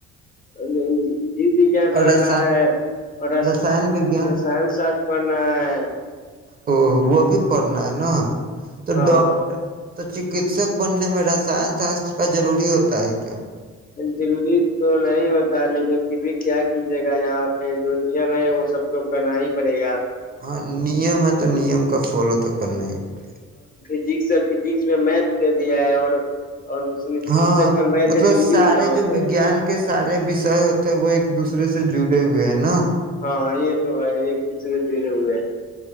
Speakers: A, on the left (about 30°); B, on the right (about 30°).
A: <inaudible> جی وگیان
B: اور
A: پڑھنا
B: رسا
A: ہے اور
B: رسائن وگیان
A: سائن پڑھنا ہے
B: او وہ بھی پڑھنا ہے نا تو
A: ہاں
B: ڈاکٹر تو شک شک بننے میں رسائن شاستر کا ضروری ہوتا ہے کیا
A: ضروری تو نہیں ہوتا لیکن پھر بھی کیا کیجیے گا یہاں پہ جو نیم ہے وہ سب تو کرنا ہی پڑے گا
B: ہاں نیم ہے تو نیم کا فالو تو کرنا ہی پڑے
A: ٹھیک سے فجکس میں میتھ دے دیا ہے اور اور اس میں چکسک
B: ہاں
A: میں میتھ
B: مطلب
A: کا ضروری
B: سارے
A: ہی کہاں
B: جو
A: پہ
B: وگیان
A: ہے
B: کے سارے وشے ہوتے وہ ایک دوسرے سے جڑے ہوئے ہینا
A: ہاں یہ تو ہے ایک دوسرے کے جھیرے ہوئے ہیں